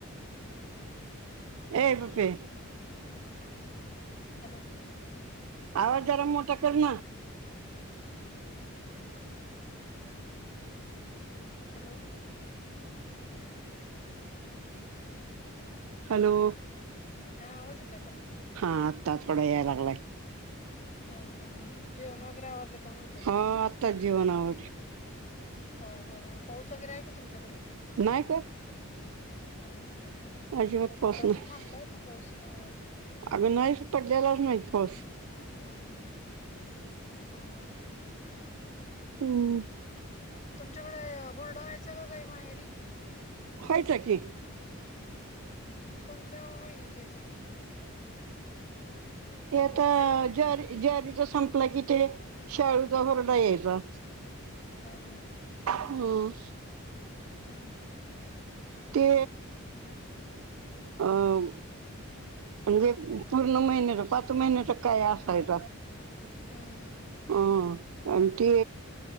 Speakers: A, on the left (about 35°); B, on the right (about 70°).
A: <unintelligible>
B: ए पप्पे
A: हॅलो
B: आवाज जरा मोठा कर.
A: <unintelligible> हॅलो
B: हॅलो
A: हा आवाज येतोय का?
B: हा आत्ता थोडं या लागलाय.
A: हा हा हा जेवण वगैरे आवरले का म्हणलं?
B: हा आत्ताच जेवण आवरलं.
A: हां हां पाऊस वगैरे आहे का तुमच्याकडे?
B: नाही का
A: हम्म हम्म हम्म
B: अजिबात पाऊस
A: इकड
B: नाही
A: पण थांबलाय आता पाऊस हा
B: अगं नाही पडलेलाच नाही पाऊस.
A: हम्म हम्म हम्म बरं बरं बरं
B: हम्म.
A: तुमच्याकडे, हुरडा व्हायचं का काही माहेरी?
B: हाईत की.
A: हम्म, कोणत्या महिन्यात यायचं ते? का
B: ते आता
A: तसं काही हे
B: ज्ारी, ज्वारीचा संपला कि ते, शाळूचा होरडा यायचा.
A: हां हां.
B: हम्म.
A: हां
B: ते, अम्म. म्हणजे, पूर्ण महिन्याच पाच महिन्याच काय असायचं?
A: हम् हम् ह.
B: ह आणी ते.